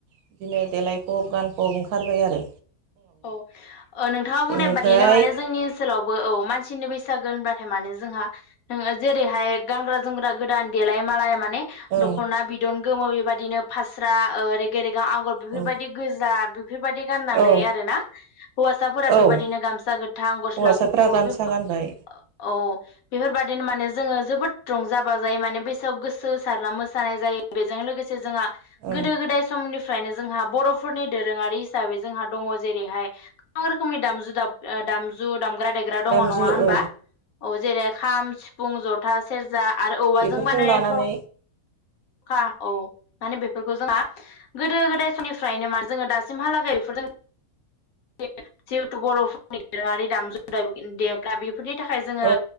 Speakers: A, on the right; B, on the left.
A: बिदिनो देलायफब गान फब ओंखारबाय आरो
B: औ नोंथाङा बुंनाय
A: बेनिफ्राय
B: बादिनो माने जोंनि ओनसोलावबो औ मानसिनो बेसे बैसागो होनबाथाय माने जोंहा जेरैहाय गानग्रा जोमग्रा गोदान देलाय मालाय मान
A: औ
B: दखना बिदन गोमो बेबायदिनो फास्रा रेगे रेे आगर बेफोरबायदि
A: औ
B: गोजा बेफोरबायदि गाननानै
A: औ
B: आरोना हौवासाफोरा
A: औ
B: बेबायदिनो गामसा गोथां गस्ला
A: हौवासाफ्रा
B: गुफुर
A: गामसा
B: बेफोर
A: गानबाय
B: औ बेफोरबादिनो माने जोङो जोबोद रंजा बाजायै माने बैसागोआव गोसो होसारना मोसानाय जायो। बेजों लोगोसे जोंहा
A: औ
B: गोदो गोदाय समनिफ्रायनो जोंहा बर'फोरनि दोरोङारि हिसाबै जोंहा दङ जेरैहाय गोबां रोखोमनि दामजु दामजु दामग्रा देग्रा दङ
A: दामजु
B: नङा
A: औ
B: होनबा? औ जेरै खाम सिफुं जथा सेरजा आरो औवाजों
A: बेफोरखौ
B: बानायनाय
A: लानानै
B: थ' खा औ माने बेफोरखौ जोंहा गोदो गोदाय समनिफ्रायनो माने जोङो दासिमहालागै बेफोरजों जिहेथु बर'फोरनि दोरोङारि दामजु देग्रा बेफोरनि थाखाय जोङो
A: औ